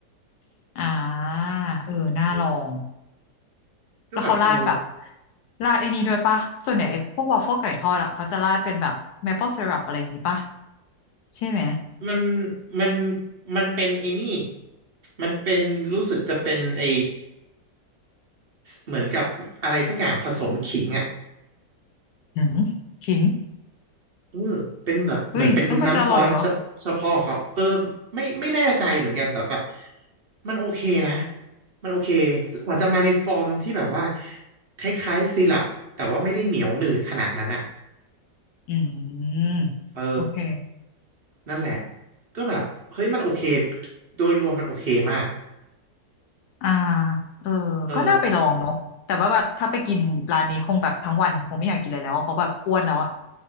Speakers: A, on the left (about 75°); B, on the right (about 50°).
A: <laughs> อ่า เออ น่าลอง
B: เออก็แบบเออ
A: แล้วเขาราดแบบราดไอ้นี้ด้วยปะส่วนใหญ่ไอ้พวกวอฟเฟิลไก่ทอดอะเขาจะราดเป็นแบบ maple syrup อะไรอย่างงี้ปะใช่ไหม
B: มันมันมันเป็นไอ้นี่มันเป็นรู้สึกจะเป็นไอเหมือนกับอะไรสักอย่างผสมขิงอ่ะ
A: หืมขิง
B: เออเป็นแบบเหมือนเป็นน้ำซอสเฉเฉพาะของเขาเออ
A: เฮ้ยแล้วมันจะอร่อยเหรอ
B: ไม่ไม่แน่ใจเหมือนกันแต่แบบมันโอเคนะมันโอเคอาจจะมาในฟอร์มที่แบบว่าคล้ายๆซีรัปแต่ว่าไม่ได้เหนียวหนืดขนาดนั้นอ่ะ
A: อืม
B: เออ
A: โอเค
B: นั่นแหละก็แบบเฮ้ยมันโอเคโดยรวมมันโอเคมาก
A: อ่า เออก็น่าไปลองเนาะแต่ว่าแบบถ้าไปกินร้านนี้คงแบบทั้งวันคงไม่อยากกินอะไรแล้วอะเพราะแบบอ้วนแล้วอะ
B: เออ